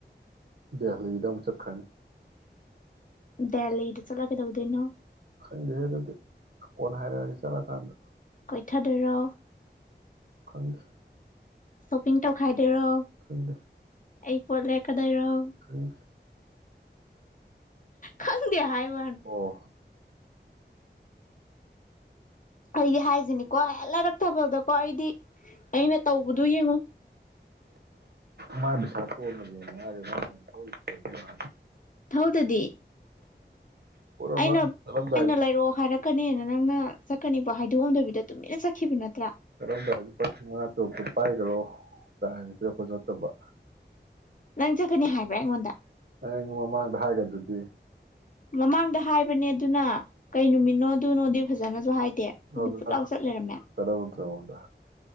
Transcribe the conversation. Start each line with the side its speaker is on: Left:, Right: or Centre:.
Right: ꯗꯦꯜꯂꯤꯗ ꯑꯃꯨꯛ ꯆꯠꯈ꯭ꯔꯅꯤ
Left: ꯗꯦꯜꯂꯤꯗ ꯆꯠꯂꯒ ꯀꯩꯗꯧꯗꯣꯏꯅꯣ
Right: ꯈꯪꯗꯦꯍꯦ ꯑꯗꯨꯗꯤ ꯀꯣꯟꯅ ꯍꯥꯏꯔꯛꯑꯒꯦ ꯆꯠꯂꯀꯥꯟꯗ
Left: ꯀꯣꯏꯊꯗꯨꯏꯔꯣ
Right: ꯈꯪꯗꯦ
Left: ꯁꯣꯄꯤꯡ ꯇꯧꯈꯥꯏ ꯑꯩꯔꯣ
Right: ꯈꯪꯗꯦ
Left: ꯑꯩ ꯄꯣꯠ ꯂꯩꯔꯛꯀ ꯂꯩꯔꯛꯎ
Right: ꯈꯪꯗꯦ
Left: ꯈꯪꯗꯦ ꯍꯥꯏꯋꯥꯅꯤ
Right: ꯑꯣ
Left: ꯑꯩꯗꯤ ꯍꯥꯏꯁꯤꯅꯤꯀꯣ ꯍꯦꯛ ꯂꯩꯔꯛ ꯇꯕꯗꯀꯣ ꯑꯩꯗꯤ ꯑꯩꯅ ꯇꯧꯕꯗꯨ ꯌꯦꯡꯉꯨ
Right: ꯃꯥꯏ ꯄꯩꯁꯥ ꯇꯣꯟꯕꯗꯨ ꯃꯉꯥꯏꯔꯦ ꯃꯥꯅ ꯑꯩꯉꯣꯟꯗ ꯊꯧꯔꯤꯕ
Left: ꯊꯧꯗꯗꯤ
Right: ꯄꯨꯔꯥ
Left: ꯑꯩꯅ
Right: ꯃꯥ ꯆꯠꯂꯝꯗꯥꯏꯗ
Left: ꯑꯩꯅ ꯂꯩꯔꯛꯑꯣ ꯍꯥꯏꯔꯛ ꯀꯅꯦꯅ ꯅꯪꯅ ꯆꯠꯀꯅꯤꯕꯣ ꯍꯥꯏꯗꯣꯛꯑꯝꯗꯕꯤꯗ ꯇꯨꯃꯤꯟꯅ ꯆꯠꯈꯤꯕ ꯅꯠꯇ꯭ꯔꯥ
Right: ꯆꯠꯂꯝꯗꯥꯏꯗ ꯂꯨꯄꯥ ꯂꯤꯁꯤꯡ ꯃꯉꯥ ꯇꯔꯨꯛ ꯇꯣ ꯄꯥꯏꯒꯔꯣ ꯀꯥꯏꯅ ꯄꯤꯔꯛꯄꯁꯨ ꯅꯠꯇꯕ
Left: ꯅꯪ ꯆꯠꯀꯅꯤ ꯍꯥꯏꯕ꯭ꯔꯥ ꯑꯩꯉꯣꯟꯗ
Right: ꯑꯩꯅ ꯃꯃꯥꯡꯗ ꯍꯥꯏꯒꯗꯨꯗꯤ
Left: ꯃꯃꯥꯡꯗ ꯍꯥꯏꯕꯅꯦ ꯑꯗꯨꯅ ꯀꯩ ꯅꯨꯃꯤꯠꯅꯣ ꯑꯗꯨꯅꯣꯗꯤ ꯐꯖꯅꯁꯨ ꯍꯥꯏꯗꯦ
Right: ꯑꯗꯨꯗ
Left: ꯅꯪꯗꯤ ꯐꯨꯠ
Right: ꯅꯪ
Left: ꯂꯥꯎ ꯆꯠ ꯂꯩꯔꯝꯃꯦ
Right: ꯍꯪꯉꯛꯀꯗꯕ ꯅꯠꯇ꯭ꯔꯣ ꯑꯩꯉꯣꯟꯗ